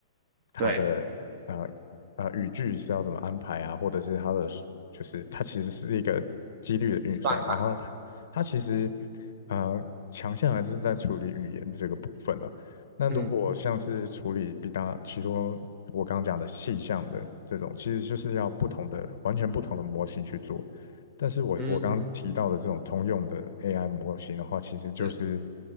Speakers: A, on the left; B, on the right.
A: 它的呃
B: 对，
A: 呃语句是要怎么安排啊，或者是它的就是它其实是一个几率的运算，
B: 算法，
A: 然后它它其实呃强项还是在处理语言这个部分了。那如果像是处理比较，
B: 嗯
A: 其中我刚刚讲的细项的这种，其实就是要不同的、完全不同的模型去做。但是我我刚刚提到的这种通用的
B: 嗯嗯，
A: AI 模型的话，其实就是，
B: 是